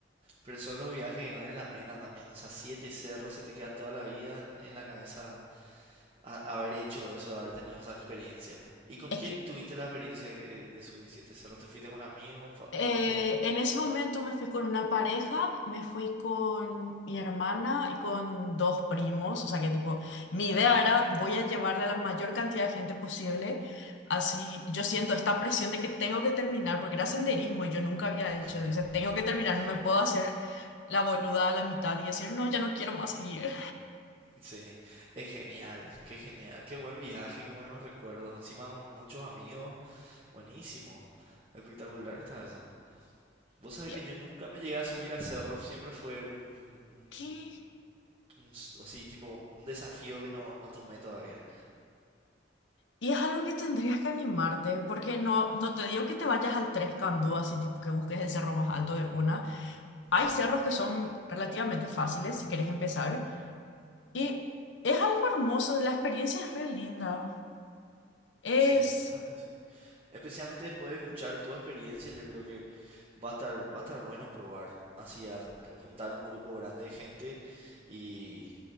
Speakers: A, on the right; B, on the left.
A: Pero son los viajes que valen la pena también. O sea, siete cerros se te queda toda la vida en, en la cabeza a- haber hecho eso, de haber tenido esa experiencia. ¿Y con
B: es
A: quién
B: que
A: tuviste la experiencia que- de subir siete cerros? ¿Te fuiste con amigos, fa-
B: Eh,
A: familia?
B: en ese momento me fui con una pareja, me fui con mi hermana y con dos primos, o sea que tipo, mi idea era voy a llevarle a la mayor cantidad de gente posible, así yo siento esta presión de que tengo que terminar, porque era senderismo y yo nunca había hecho,
A: Claro.
B: o sea, tengo que terminar,
A: O sea,
B: no me puedo hacer la boluda a la mitad y decir, no, ya no quiero más seguir.
A: sí. Es genial. Qué genial. Qué buen viaje, qué buenos recuerdos. Encima con muchos amigos. Buenísimo. Espectacular está eso. Vos sabés
B: Y,
A: que yo nunca me llegué a subir a cerros, siempre fue un, un,
B: ¿qué?
A: un s- así, tipo, un desafío que no, no tomé todavía.
B: Y es algo que tendrías que animarte, porque no, no te digo que te vayas al Tres Candú, así tipo que busques el cerro más alto de una Hay
A: Sí,
B: cerros que son relativamente fáciles si quieres empezar. Y es algo hermoso, la experiencia es re linda. Es,
A: sí, vos sabés que sí. Especialmente después de escuchar tu experiencia, yo creo que va a estar, va a estar bueno probar, así, a- a juntar un grupo grande de gente y